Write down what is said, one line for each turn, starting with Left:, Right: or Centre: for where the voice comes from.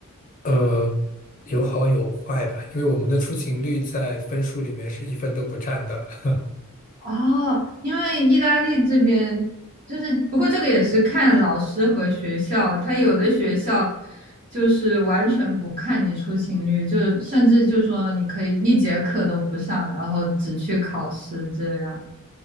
Left: 呃，有好有坏吧，因为我们的出勤率在分数里面是一分都不占的。<laughs>
Right: 哦，因为意大利这边就是，不过这个也是看老师和学校，他有的学校就是完全不看你出勤率，就是甚至就说你可以一节课都不上，然后只去考试这样。